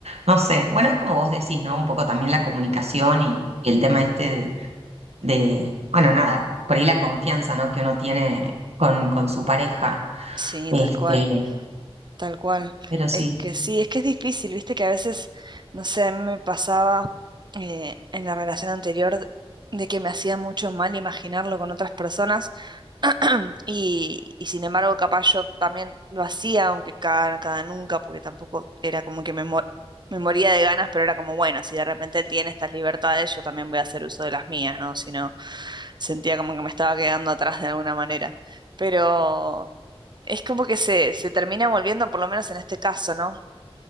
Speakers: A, on the right; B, on the right.
A: no sé. Bueno, es como vos decís, ¿no? Un poco también la comunicación y, y el tema este de, de, bueno, nada, por ahí la confianza, ¿no? Que uno tiene con, con su pareja.
B: Sí,
A: Este,
B: tal cual. Tal cual.
A: pero sí.
B: Es que sí, es que es difícil, viste que a veces, no sé, a mí me pasaba eh, en la relación anterior de de que me hacía mucho mal imaginarlo con otras personas <clears throat> y, y sin embargo capaz yo también lo hacía, aunque cada, cada nunca, porque tampoco era como que me, mo- me moría de ganas, pero era como, bueno, si de repente él tiene estas libertades, yo también voy a hacer uso de las mías, ¿no? Si no, sentía como que me estaba quedando atrás de alguna manera. Pero es como que se, se termina volviendo, por lo menos en este caso, ¿no?